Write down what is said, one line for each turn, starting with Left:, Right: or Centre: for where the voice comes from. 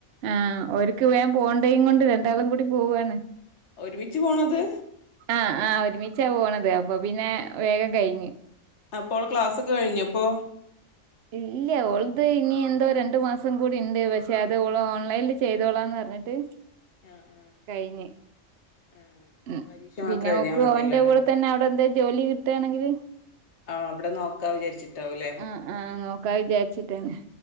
Right: ആ ഓര്ക്ക് വേ പോണ്ടയും കൊണ്ട് രണ്ടാളും കൂടി പോവാണ്
Left: ഒരുമിച്ച് പോണത്
Right: ആ ആ ഒരുമിച്ചാ പോണത് അപ്പൊ പിന്നെ വേഗം കഴിഞ്ഞ്.
Left: അപ്പോൾ ക്ലാസ്സൊക്കെ കഴിഞ്ഞോപ്പോ.
Right: ഇല്ല്യ ഓൾത് ഇനി എന്തോ രണ്ടു മാസം കൂടി ഇണ്ട് പക്ഷെ അത് ഓള് ഓൺലൈനിൽ ചെയ്തോളാംന്ന് പറഞ്ഞിട്ട്
Left: ആഹ് ആഹ്
Right: കഴിഞ്ഞ്.
Left: ആഹ്
Right: ഉ
Left: പരീക്ഷ
Right: പിന്നെ
Left: മാത്രം എഴുതിയാ
Right: ഓക്ക്
Left: മതിയല്ലോ
Right: ഓന്റെ
Left: അല്ലേ
Right: കൂടെ തന്നെ അവിടെ എന്തേൽ ജോലി കിട്ടുകാണെങ്കില്
Left: ആഹ് അവിടെ നോക്കാ വിചാരിച്ചിട്ടാവൂല്ലേ
Right: ആ ആ നോക്കാ വിചാരിച്ചിട്ടന്നെ.